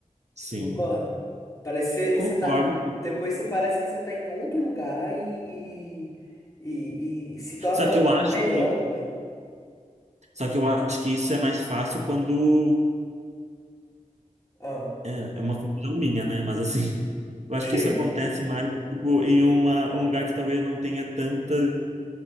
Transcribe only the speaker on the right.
sim.
Concordo,
Só que eu acho
que,
só que eu acho que isso é mais fácil quando
é é uma conclusão minha, né? Mas assim, <laughs> eu
acho
que isso acontece mais tipo em uma um lugar que talvez não tenha tanta, eu